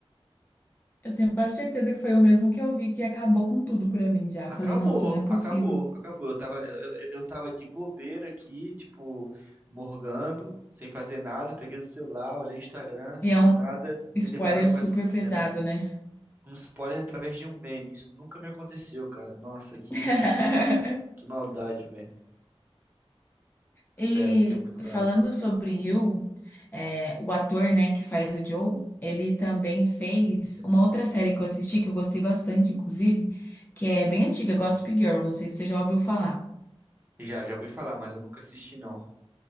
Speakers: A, on the left (about 20°); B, on the right (about 20°).
A: Eu tenho quase certeza que foi o mesmo que eu vi que acabou com tudo pra mim já.
B: Acabou,
A: Falei, nossa, não é possível.
B: acabou, acabou. Eu tava, eu, eu eu tava de bobeira aqui, tipo, morgando, sem fazer nada. Peguei o celular, olhei o Instagram
A: E
B: e
A: é
B: do
A: um
B: nada
A: spoiler
B: me deparo com
A: super
B: essa cena.
A: pesado, né?
B: Um spoiler através de um meme. Isso nunca me aconteceu, cara. Nossa, que,
A: <laughs>
B: que maldade, velho. Sério,
A: E
B: fiquei muito bravo.
A: falando sobre You, é, o ator, né, que faz o Joe, ele também fez uma outra série que eu assisti, que eu gostei bastante, inclusive, que é bem antiga, Gossip Girl, não sei se você já ouviu falar.
B: Já, já ouvi falar, mas eu nunca assisti, não.